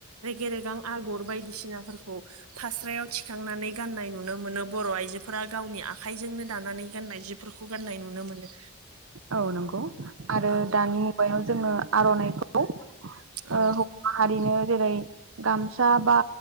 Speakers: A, on the right; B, on the right.
A: रेगे रेगां आगर बायदि बायदिसिनाफोरखौ फास्रायाव थिखांनानै गाननाय नुनो मोनो बर' आइजोफोरा गावनि आखाइजोंनो दानानै गाननाय जिफोरखौ गान्नाय नुनो मोनो।
B: औ नंगौ आरो
A: औ
B: दानि मुगायाव जोङो आर'नाइखौ
A: औ
B: ओ <inaudible> माहारिनो जेरै गामसा बा